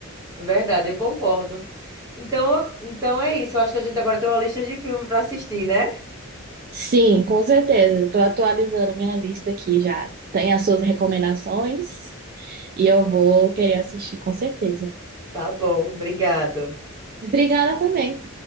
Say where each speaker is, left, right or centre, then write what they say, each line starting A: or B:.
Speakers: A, on the right; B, on the right.
A: é verdade, eu concordo. Então, então é isso. Eu acho que a gente agora tem uma lista de filme para assistir, né?
B: Sim, com certeza. Estou atualizando minha lista aqui já. Tem as suas recomendações e eu vou querer assistir, com certeza.
A: Tá bom, obrigado.
B: Obrigada também.